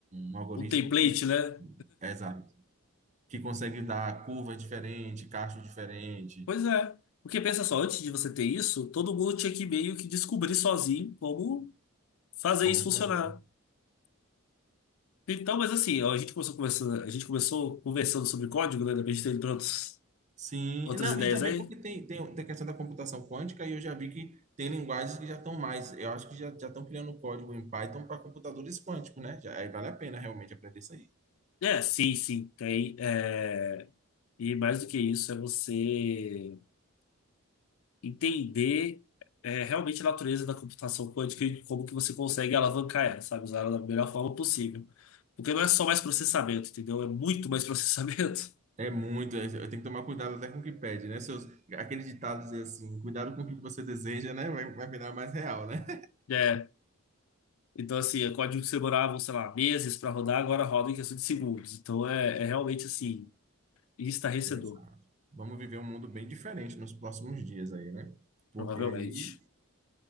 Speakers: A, on the right; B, on the left.
A: um algoritmo
B: Um template,
A: que,
B: né?
A: é, exato, que consegue dar curvas diferentes, cachos diferentes,
B: Pois é. Porque pensa só, antes de você ter isso, todo mundo tinha que meio que descobrir sozinho como fazer
A: como
B: isso
A: fazer.
B: funcionar. Então, mas assim, ó, a gente começou conversando, a gente começou conversando sobre código, né? Depois de ter ido pra outros-
A: Sim,
B: outras
A: não,
B: ideias
A: e também
B: aí.
A: porque tem, tem, tem a questão da computação quântica e eu já vi que tem linguagens que já estão mais, eu acho que já já estão criando código em Python para computadores quânticos, né? Já, aí vale a pena realmente aprender isso aí.
B: É, sim, sim, tem. é, E mais do que isso, é você entender é, realmente a natureza da computação quântica e como que você consegue alavancar ela, sabe? Usar ela da melhor forma possível. Porque não é só mais processamento, entendeu? É muito mais processamento.
A: É muito, é- eu tenho que tomar cuidado até com o que pede, né? Seus, aquele ditado dizer assim, cuidado com o que você deseja, né? Vai, vai virar mais real, né?
B: É, então assim, é código que demorava, sei lá, meses para rodar, agora roda em questão de segundos. Então é, é realmente assim, estarrecedor,
A: Exato. Vamos viver um mundo bem diferente nos próximos dias aí, né? Porque
B: provavelmente.
A: aí,